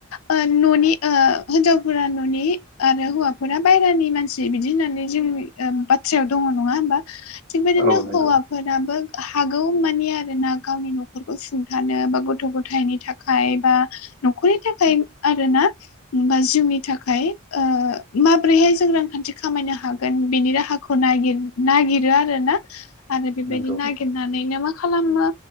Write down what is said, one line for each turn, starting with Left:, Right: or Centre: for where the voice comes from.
Left: ओ न'नि ओ हिनजावफोरा न'नि आरो हौवाफोरा बायेरानि मानसि बिदि होननानै जोंनि ओ बाथ्रायाव दङ नङा होनबा थिगबायदिनो
Right: औ नंगौ
Left: हौवाफोराबो हागौ मानि आरो ना गावनि न'खर नखरखौ सुंथानो बा गथ' गथायनि थाखाय बा न'खरनि थाखाय आरो ना बा जिउनि थाखाय ओ माब्रैहाय जों रांखान्थि खामायनो हागोन बेनि राहाखौ खौ नागिर नागिरो आरो ना आरो बेबायदि
Right: नंगौ
Left: नागिरनानैनो मा खालामो